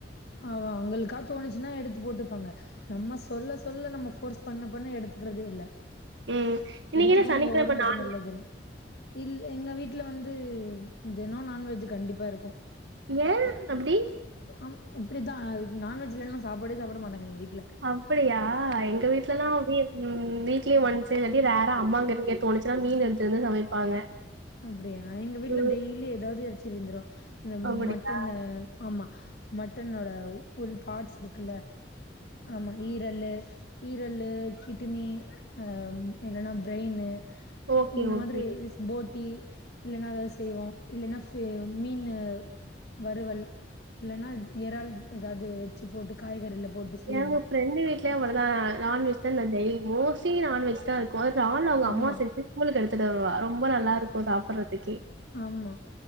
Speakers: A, on the left (about 65°); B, on the right (about 85°).
A: அ அவங்களுக்கா தோணுச்சுன்னா எடுத்து போட்டுப்பாங்க நம்ம சொல்ல சொல்ல நம்ம ஃபோர்ஸ் பண்ண பண்ண எடு க்கறதே இல்ல
B: ம் இன்னைக்கு
A: எடுத்துக்கோங்க
B: என்ன சனிக்கிழம
A: ஒடம்புக்கு
B: நான்
A: நல்லதுன் இல்ல எங்க வீட்ல வந்து தினோ நான் வெஜ்ஜு கண்டிப்பா இருக்கு
B: ஏ அப்டி
A: அ எப்டிதா நான்வெஜ் இல்லன்னா சாப்பாடே சாப்ட மாட்டாங்க எங்க வீ
B: அப்டியா எங்க வீட்ல எல்லா அப்டியே ம் வீக்லி ஒன்ஸு இல்லாட்டி ரேறா அம்மாங்க தோணுச்சுன்னா மீன் எடுத்துட்வந்து சமைப்பாங்க
A: அப்டியா எங்க வீட்ல
B: ம்
A: டெய்லி எதாவது எறச்சுருந்துரு இந்த
B: அப்படியா
A: மட்டன்னு ஆமா மட்டனோட ஒரு பார்ட்ஸ் இருக்குல்ல ஆமா ஈரல்லு ஈரல்லு கி ட்னி அ இல்லனா பிரெய்ன்னு
B: ஓகே
A: இந்த
B: ஓகே
A: மாதிரி போ டீ இல்லனா எதாது செய்வோ இல்லனா ஃப் மீனு வறுவல் இல்லனா எறால் ஏதாது வச்சு போட்டு காய்கறில போட்டு செய்வோம்.
B: எங்க ஃப்ரெண்டு வீ்ட்ல அவ்ளதா நான்வெஜ்தா டெய்லி மோஸ்ட்லி நான்வெஜ்தா இருக்கு ஒரு நாள் அவுங்க
A: ஆமா,
B: அம்மா செஞ்சு ஸ்கூலுக்கு எடுத்துட்டு வருவா ரொம்ப நல்லா இருக்கு சாப்பிடுறத்துக்கே
A: ஆமா